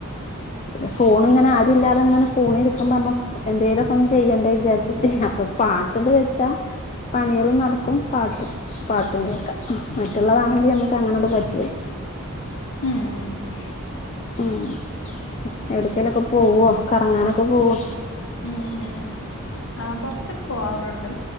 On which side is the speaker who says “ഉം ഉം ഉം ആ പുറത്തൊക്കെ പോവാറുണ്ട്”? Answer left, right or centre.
Left